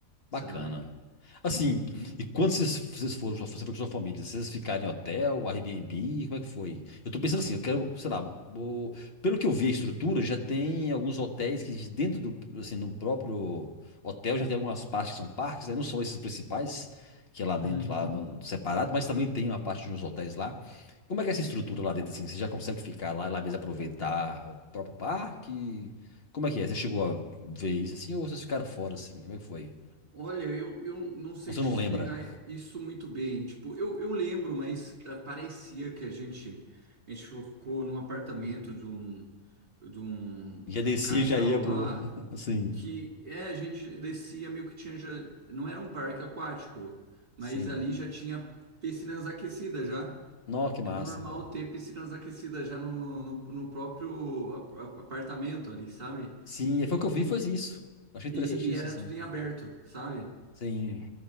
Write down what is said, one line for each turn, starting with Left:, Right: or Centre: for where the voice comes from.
Left: Bacana.
Right: sabe?
Left: Assim,
Right: Uhum.
Left: e quando vocês, vocês foram, você foi com sua família, vocês ficaram em hotel, Airbnb, como é que foi? Eu tô pensando assim, eu quero, sei lá, vou- pelo que eu vi a estrutura, já tem alguns hotéis que dentro do, assim, no próprio hotel já tem algumas partes que são parques, né? Não são esses principais, que é lá
Right: Uhum.
Left: dentro, lá no- separado, mas também tem uma parte de uns hotéis lá. Como é que é essa estrutura lá dentro, assim? Você já consegue ficar lá e lá mesmo aproveitar o próprio parque? Como é que é? Você chegou a ver isso assim ou vocês ficaram fora, assim? Como é que foi?
Right: Olha, eu, eu não sei
Left: Você
Right: te
Left: não
Right: explicar
Left: lembra.
Right: isso muito bem. Tipo, eu, eu lembro, mas ah, parecia que a gente, a gente ficou num apartamento de um, de um,
Left: Já
Right: de
Left: descia
Right: um casal
Left: e já ia
Right: lá,
Left: pro. <laughs> Assim.
Right: que é, a gente descia meio que tinha já, não era um parque aquático, mas
Left: Sim.
Right: ali já tinha piscinas aquecidas já.
Left: nossa que massa,
Right: Era normal
Left: velho.
Right: ter piscinas aquecidas já no, no, no próprio ap- ap- apartamento ali, sabe?
Left: Sim, e foi o que eu vi,
Right: E,
Left: foi isso. Achei interessante
Right: e
Left: isso,
Right: e era
Left: assim.
Right: tudo em aberto, sabe?
Left: Sim.